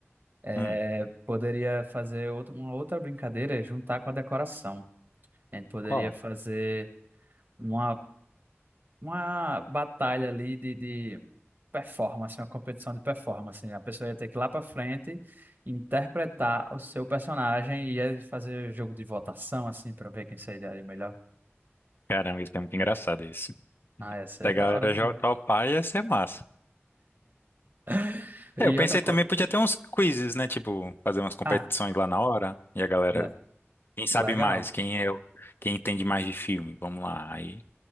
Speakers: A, on the right; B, on the left.
A: É,
B: Hum,
A: poderia fazer outro, uma outra brincadeira, é juntar com a decoração. A gente poderia
B: qual?
A: fazer uma uma batalha ali de, de performance, uma competição de performance. né? A pessoa ia ter que ir lá para frente interpretar o seu personagem e ia fazer jogo de votação, assim, para ver quem seria ali melhor.
B: Caramba, isso é muito engraçado isso.
A: Ah, ia ser
B: Da
A: da
B: galera
A: hora demais.
B: já topar ia ser massa.
A: <laughs> E
B: É, eu pensei
A: outra coisa.
B: também podia ter uns quizzes, né? Tipo, fazer umas competições
A: Ah,
B: lá na hora e a galera,
A: le-
B: quem sabe
A: legal.
B: mais, quem é, o- quem entende mais de filme, vamos lá. Aí,